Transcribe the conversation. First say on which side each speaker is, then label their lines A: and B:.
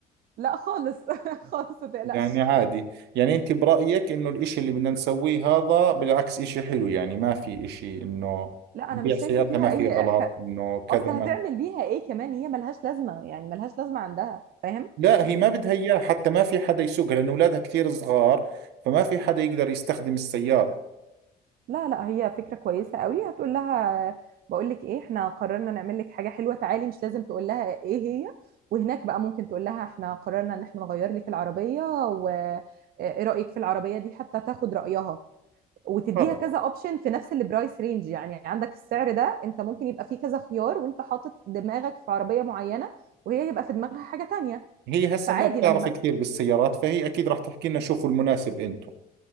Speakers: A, on the right; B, on the right.
A: لا خالص <laughs> خالص ما تقلقش
B: يعني عادي يعني انت برأيك انه الاشي اللي بدنا نسويه هذا بالعكس اشي حلو يعني ما في اشي انه
A: لا
B: نبيع
A: أنا مش شايفة
B: سيارتها
A: فيها
B: ما في
A: أي
B: غلط
A: حق
B: انه كذا
A: أصل
B: ما
A: هتعمل بيها إيه كمان هي ملهاش لازمة يعني ملهاش لازمة عندها فاهم؟
B: لا هي ما بدها اياه حتى ما في حدا يسوقها لانه اولادها كثير صغار فما في حدا يقدر يستخدم السيارة
A: لا لا هي فكرة كويسة قوي هتقول لها بقول لك ايه احنا قررنا نعمل لك حاجة حلوة تعالي مش لازم تقول لها ايه هي وهناك بقى ممكن تقول لها احنا قررنا ان احنا نغير لك العربية وايه رأيك في العربية دي حتى تاخد رأيها وتديها
B: خلص
A: كذا اوبشن في نفس البرايس رينج يعني عندك السعر ده انت ممكن يبقى فيه كذا خيار وانت حاطط دماغك في عربية معينة وهي يبقى في دماغها حاجة تانية
B: هي هسه
A: فعادي
B: ما بتعرف
A: لما
B: كثير بالسيارات فهي اكيد راح تحكي لنا شوفوا المناسب انتم